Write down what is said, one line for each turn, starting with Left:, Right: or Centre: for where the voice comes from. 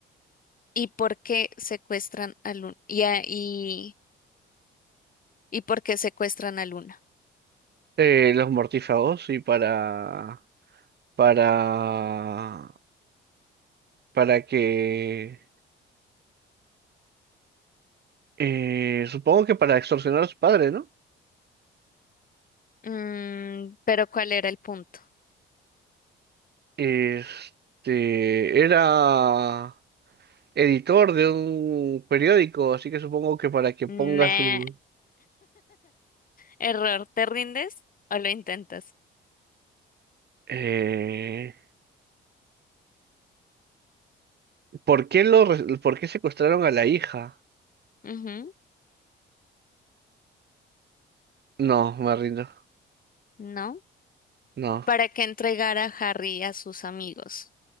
Left: y por qué secuestran al un- y, a- y y por qué secuestran a Luna.
Right: Eh, los mortífagos y para... Para... Para que... eh, supongo que para extorsionar a su padre, ¿no?
Left: Mm, pero ¿cuál era el punto?
Right: Este... Era editor de un periódico, así que supongo que para que
Left: Nah,
Right: ponga su...
Left: error, ¿te rindes o lo intentas?
Right: Eh, ¿por qué lo, re- por qué secuestraron a la hija?
Left: Ujú,
Right: No, me rindo.
Left: ¿No?
Right: No.
Left: Para que entregara a Harry a sus amigos.